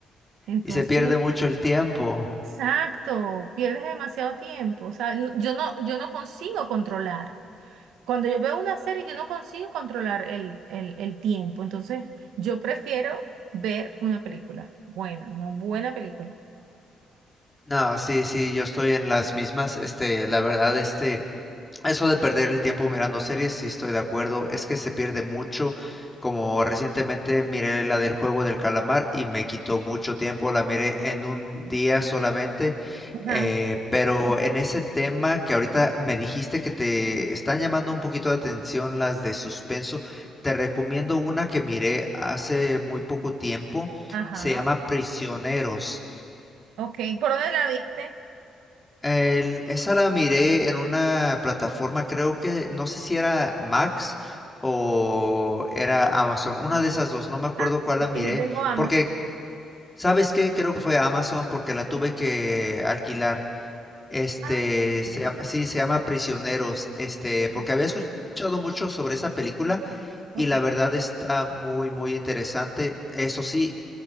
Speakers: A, on the right; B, on the left.
A: Entonces,
B: y se pierde mucho el tiempo.
A: Exacto, pierdes demasiado tiempo. O sea, no- yo no, yo no consigo controlar. Cuando yo veo una serie, yo no consigo controlar el, el, el tiempo. Entonces, yo prefiero ver una película buena, una buena película.
B: No, sí, sí, yo estoy en las mismas, este, la verdad, este, Eso de perder el tiempo mirando series, sí estoy de acuerdo, es que se pierde mucho, como recientemente miré la del juego del calamar y me quitó mucho tiempo, la miré en un día solamente,
A: Ajá,
B: eh, pero en ese tema que ahorita me dijiste que te están llamando un poquito de atención las de suspenso, te recomiendo una que miré hace muy poco tiempo,
A: ajá.
B: se llama Prisioneros.
A: Ok, ¿por dónde la viste?
B: El- esa la miré en una plataforma, creo que no sé si era Max o era Amazon, una de esas dos, no me acuerdo
A: Ah,
B: cuál la miré,
A: que yo tengo Amazon.
B: porque, ¿sabes qué? Creo que fue Amazon porque la tuve que alquilar. Este,
A: Ah, ok.
B: se llama- sí, se llama Prisioneros, este,
A: Sí,
B: porque había escuchado mucho sobre esa película
A: ok.
B: y la verdad está muy, muy interesante. Eso sí,